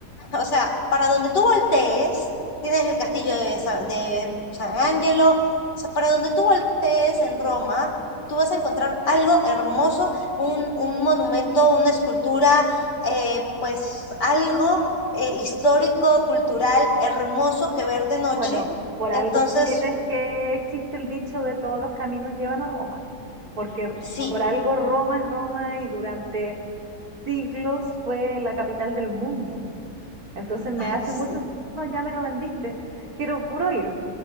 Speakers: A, on the left; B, on the right.
A: o sea, para donde tú voltees, tienes el castillo de, Sa- de San Angelo, o sea, para donde tú voltees en Roma, tú vas a encontrar algo hermoso, un, un monumento, una escultura, eh, pues algo eh, histórico, cultural, hermoso que ver de noche.
B: Bueno, por
A: Entonces,
B: algo tienes que existe el dicho de todos los caminos llevan a Roma, porque
A: sí,
B: por algo Roma es Roma y durante siglos fue la capital del mundo. Entonces me
A: ay,
B: hace
A: sí.
B: mucho, no, ya me lo vendiste. Quiero puro ir.